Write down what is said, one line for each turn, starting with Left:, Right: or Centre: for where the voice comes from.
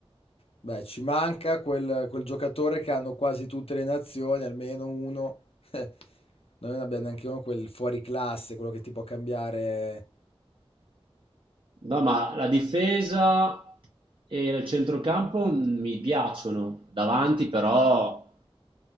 Left: Beh, ci manca quel, quel giocatore che hanno quasi tutte le nazioni, almeno uno. <laughs> Noi non abbiamo neanche uno quel fuori classe, quello che ti può cambiare.
Right: No, ma la difesa e il centrocampo mi piacciono, davanti però